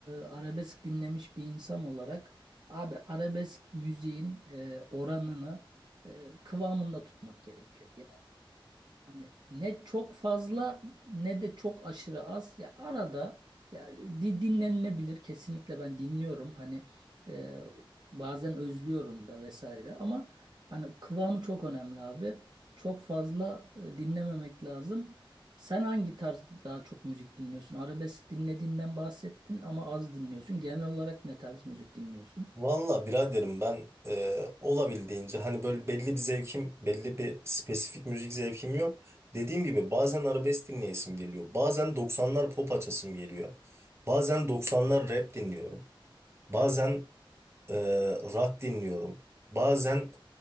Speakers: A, on the right; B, on the right.
A: arabesk dinlemiş bir insan olarak abi arabesk müziğin e, oranını e, kıvamında tutmak gerekiyor. Hani ne çok fazla ne de çok aşırı az. Ya arada ya di- dinlenilebilir kesinlikle ben dinliyorum. Hani e, bazen özlüyorum da vesaire ama hani kıvamı çok önemli abi. Çok fazla e, dinlememek lazım. Sen hangi tarz daha çok müzik dinliyorsun? Arabesk dinlediğinden bahsettin ama az dinliyorsun. Genel olarak ne tarz müzik dinliyorsun?
B: Valla biraderim ben e, olabildiğince hani böyle belli bir zevkim, belli bir spesifik müzik zevkim yok. Dediğim gibi bazen arabesk dinleyesim geliyor. Bazen 90'lar pop açasım geliyor. Bazen 90'lar rap dinliyorum. Bazen e, rock dinliyorum. Bazen